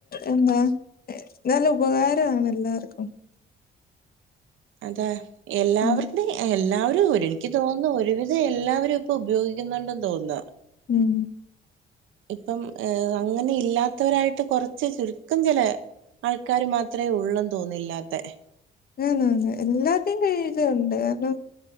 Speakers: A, on the left; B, on the right.
A: എന്താ നല്ല ഉപകാരാണെല്ലാർക്കും
B: അതാ എല്ലാവരുടെ
A: ഉം
B: എല്ലാവരും ഒരു എനിക്ക് തോന്നുന്നു ഒരുവിധം എല്ലാവരും ഇപ്പൊ ഉപയോഗിക്കുന്നുണ്ടെന്ന് തോന്നുന്നു
A: ഉം
B: ഇപ്പം ഏ അങ്ങനെ ഇല്ലാത്തവരായിട്ട് കുറച്ച് ചുരുക്കം ചില ആൾക്കാർ മാത്രേ ഉള്ളൊന്ന് തോന്നുന്നുല്ലാത്തെ
A: അന്ന് അന്ന് എല്ലാത്തിന്റെ കയ്യിലുണ്ട് കാരണം